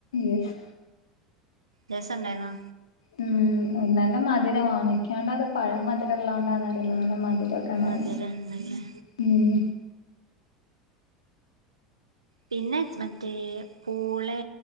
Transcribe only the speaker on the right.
രസം ഇണ്ടായിന്നൊ
മധുരണ്ടല്ലേ
പിന്നെ മറ്റേ പൂളെ